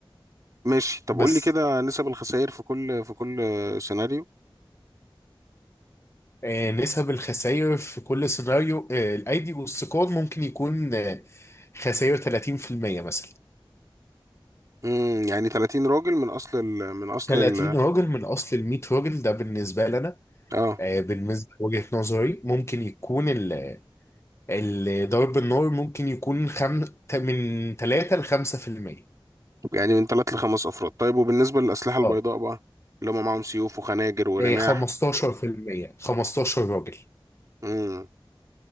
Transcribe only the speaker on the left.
بس
آه، نسب الخسائر في كل سيناريو آه، الايدي والثقاب ممكن يكون آه، خسائر 30% مثلا
30
راجل من اصل ال 100 راجل ده بالنسبه لنا
آه، بالنسبه لوجهه نظري ممكن يكون ال- ال- ضرب النار ممكن يكون خم... ت- من 3 ل 5%
اه
آه، 15% 15 راجل